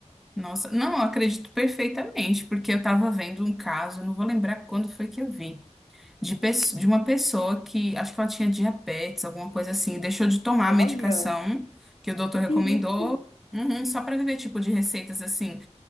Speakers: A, in the centre; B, on the left.
A: Nossa, não, eu acredito perfeitamente, porque eu tava vendo um caso, não vou lembrar quando foi que eu vi, de, pesso- de uma pessoa que acho que ela tinha diabetes, alguma coisa assim, e deixou de tomar
B: Olha,
A: a medicação que o doutor
B: que perigo.
A: recomendou, uhum, só pra viver tipo de receitas assim.